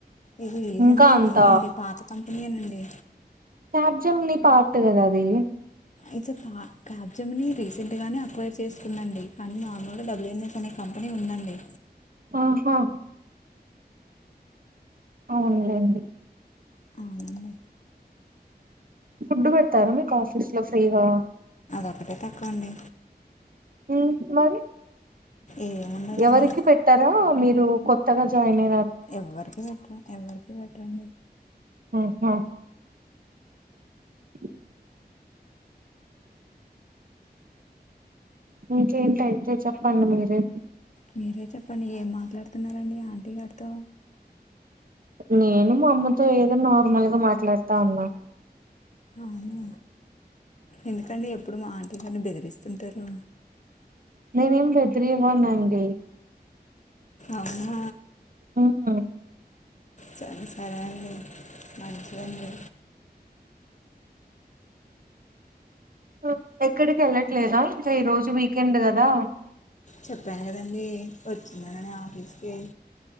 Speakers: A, on the left (about 45°); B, on the right (about 60°).
A: ఇది రీసెంట్
B: ఇంకా
A: ఏం
B: అంత
A: కదాండి పాత కంపెనీ ఏ నండి
B: క్యాప్జెమినీ పాట్ కదా అది
A: ఇస పా క్యాబ్జమ్ని రీసెంట్గానే అక్వైర్ చేసుకుందండి కానీ నార్మల్గా డబ్ల్యూన్ఎస్ అనే కంపెనీ ఉందండి
B: ఓహా అవునులేండి
A: అవునండి
B: ఫుడ్ పెడతారా మీకు ఆఫీస్ లో ఫ్రీగా
A: ఒకటే తక్కువండి
B: మ్ మరి
A: ఏముండదండి
B: ఎవరికి పెట్టారా మీ కొత్తగా జాయినా
A: ఎవ్వరికి పెట్టరు ఎవ్వరికి పెట్టరండి
B: ముహుం <inaudible> ఇంకేంటయితే చెప్పండి మీరె
A: మీరే చెప్పండి ఏం మాట్లాడుతున్నారండి ఆంటీ గారితో
B: నే మా అమ్మతో ఏదో నార్మల్గా మ లేస్తా ఉన్నా
A: అవునా ఎందుకండి ఎప్పుడు మా ఆంటీ గారిని బెదిరిస్తుంటారు
B: నేనేం బెద్రివ్వనండి
A: అవునా
B: ఉమ్
A: సరే సరే అండి మంచిదండి
B: హమ్ ఎక్కడికి ఏళ్లట్లేదా ఇంకా ఈ రోజు వీకెండ్ కదా
A: చెప్పాను కదండి వచ్చిందననే ఆఫీస్ చే